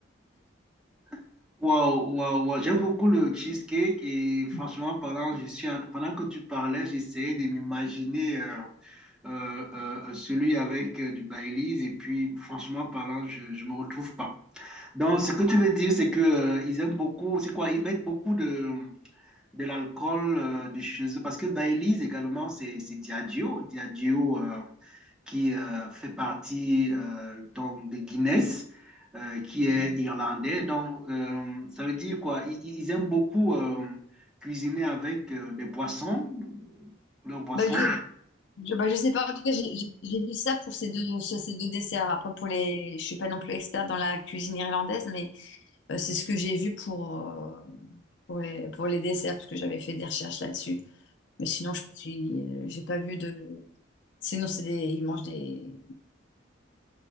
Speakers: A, in the centre; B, on the left.
A: <laughs> Waouh, waouh, waouh. J'aime beaucoup le cheesecake et franchement
B: <laughs>
A: parlant, je suis en- pendant que tu parlais, j'essayais de m'imaginer. euh, euh, euh, euh, celui avec euh, du Baileys. Et puis, franchement parlant, je ne me retrouve pas. Donc, ce que tu veux dire, c'est que euh, ils aiment beaucoup, c'est quoi? Ils mettent beaucoup de, de l'alcool euh, de chez eux. Parce que Baileys également, c'est c'est Diageo. Diageo euh, qui euh, fait partie euh, donc de Guinness, euh, qui est irlandais. Donc, euh, ça veut dire quoi? Ils, ils- ils aiment beaucoup euh, cuisiner avec euh, des boissons, leurs boissons.
B: Bah, je, je, bah, je sais pas. En tout cas, j'ai j'ai- j'ai vu ça pour ces deux, ce- ces deux desserts. Après, pour les, je suis pas non plus experte dans la cuisine irlandaise, mais euh, c'est ce que j'ai vu pour, euh, pour les, pour les desserts, parce que j'avais fait des recherches là-dessus. Mais sinon, je suis, euh, j'ai pas vu de. Sinon, c'est des, ils mangent des,